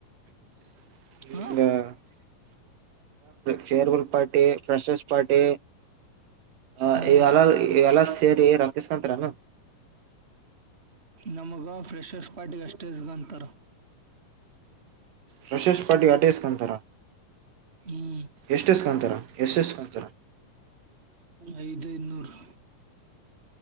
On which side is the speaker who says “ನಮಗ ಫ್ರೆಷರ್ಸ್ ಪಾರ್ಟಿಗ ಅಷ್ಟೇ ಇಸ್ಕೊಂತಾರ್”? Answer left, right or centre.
Right